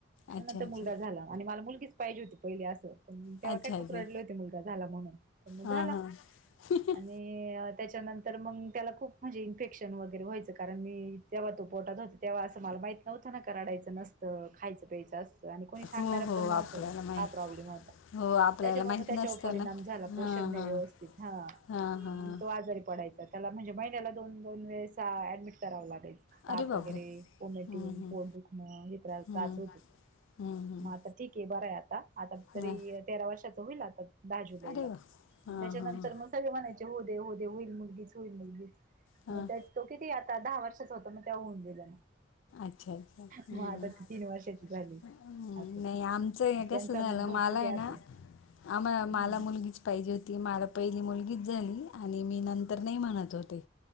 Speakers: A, on the right; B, on the left.
A: त्यानंतर
B: अच्छा अच्छा.
A: मुलगा झाला आणि मला मुलगीच पाहिजे होती पहिले असं पण मंग तेव्हा
B: अच्छा
A: काय
B: अच्छा
A: खूप रडले होते मुलगा झाला म्हणून पण म झाला.
B: हा <unintelligible>
A: आणि त्याच्यानंतर मंग त्याला खूप म्हणजे इन्फेक्शन वगैरे व्हायचं कारण मी तेव्हा तो पोटात होता तेव्हा असं मला माहीत नव्हतं ना का रडायचं नस तं खायचं प्यायचं असतं आणि कोणी सांगणार
B: हो हो
A: पण नव्हतं
B: आपल्याला माहि
A: हा प्रॉब्लेम होता.
B: हो आपल्याला
A: त्याच्यामुळं
B: माहित
A: म त्याच्यावर
B: नसतं
A: परिणाम
B: ना
A: झाला पोषण
B: हा
A: नाय
B: हा
A: व्यवस्थित हा
B: हा हा.
A: मंग तो आजारी पडायचा. त्याला म्हणजे महिन्याला दोन दोन वेळेसा ऍडमिट करावं लागायच. ताप
B: अरे बापरे!
A: वगैरे व्हॉमिटिंग
B: हं, हं,
A: पोट दुखणं हे त्रास
B: हं,
A: त्रास होते.
B: हं,
A: म आता ठीक आहे बरं आहे आता आता तरी
B: हं.
A: तेरा वर्षांचा होईल आता दहा जुलैला
B: अरे वाह! हां,
A: त्याच्यानंतर
B: हां,
A: मग सगळे म्हणायचे होऊ दे होऊ दे होईल मुलगीच होईल मुलगीच
B: हां.
A: मग त्या तो किती आता दहा वर्षाचा होता मग ते होऊन गेलं
B: अच्छा, अच्छा. हं.
A: मग आता तीन वर्षाची झाली
B: <unintelligible> नाही
A: असं
B: आमचं हे
A: त्यांचा
B: कसं झाला
A: भरपूर
B: मला
A: गॅप
B: हे ना
A: आहे
B: आम्हा
A: हम्म
B: मला मुलगीच पाहिजे होती मला पहिली मुलगीच झाली आणि मी नंतर नाही म्हणत होते